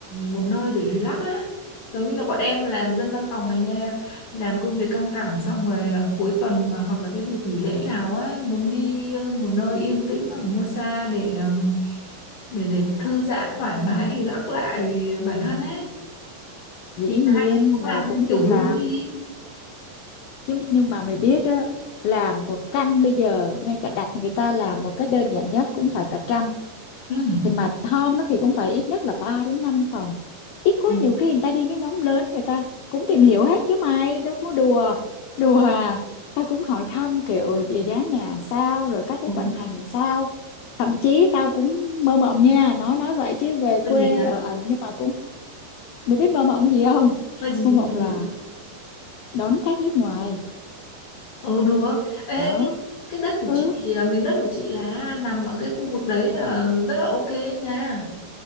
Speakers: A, on the left; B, on the left.
A: một nơi để relax á giống như là bọn em làm dân văn phòng này nha làm công việc căng thẳng xong rồi à, cuối tuần mà hoặc là cái dịp nghỉ lễ nào á muốn đi ờ, một nơi yên tĩnh ở mua xa để ờm, để để thư giãn thoải mái relax lại bản thân ấy
B: dĩ
A: thì là
B: nhiên
A: hai chị cũng làm
B: là cũng
A: cái kiểu
B: định
A: hướng
B: làm
A: đi
B: chứ nhưng mà mày biết á làm một căn bây giờ ngay cả đặt người ta làm một cái đơn giản nhất cũng phải cả trăm
A: ừ.
B: thì mà Tom á thì cũng phải ít nhất là ba đến năm phòng ít quá
A: Ừ.
B: nhiều khi người ta đi cái nhóm lớn người ta cũng tìm hiểu hết chứ mày đâu có đùa đùa à. tao cũng hỏi thăm kiểu về giá nhà sao rồi các cái
A: Ừ.
B: vận hành sao thậm chí tao cũng mơ mộng nha nói nói vậy chứ về
A: Mua
B: quê
A: gì là,
B: ở ảnh nhưng mà cũng mày biết mơ mộng gì không <laughs>
A: mua gì
B: mơ mộng
A: mua gì
B: là đón khách nước ngoài
A: ừ được Ê,
B: đó
A: cái cái đất của
B: ừ
A: chị ờ, miếng đất của chị là nằm ở cái khu vực đấy là rất là ok ấy nha